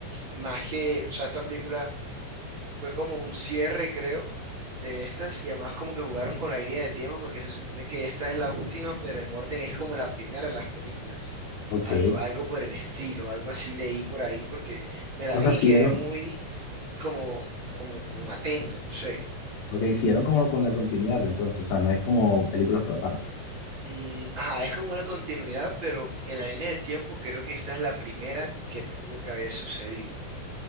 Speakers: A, on the right; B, on the left.
A: más que, o sea, esta película fue como un cierre, creo, de estas y además como que jugaron con la línea de tiempo porque se supone que esta es la última, pero en orden es como la primera de las películas.
B: Ok.
A: Algo, algo por el estilo, algo así leí por ahí porque me la
B: O
A: vi
B: sea, siguieron,
A: y quedé muy como, como, como atento, no sé.
B: ok, siguieron como con la continuidad entonces, o sea, no es como películas por aparte.
A: Mm, ajá, es como una continuidad, pero en la línea de tiempo creo que esta es la primera que tuvo que haber sucedido.